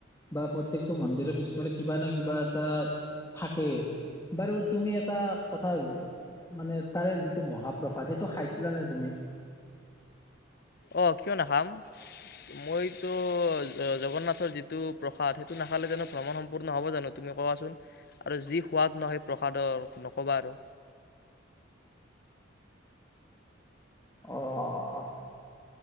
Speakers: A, on the left; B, on the left.
A: বা প্ৰত্যেকটো মন্দিৰৰ পিছফালে কিবা নে কিবা এটা থাকেই। বাৰু তুমি এটা কথা, মানে তাৰে যিটো মহাপ্ৰসাদ সেইটো খাইছিলানে তুমি?
B: আহ কিয় নাখাম? মইতো জগন্নাথৰ যিটো প্ৰসাদ সেইটো নাখালে জানো ভ্ৰমণ সম্পূৰ্ণ হ'ব জানো তুমি কবাচোন? আৰু যি সোৱাদ ন সেই প্ৰসাদৰ, নকবা আৰু।
A: অ'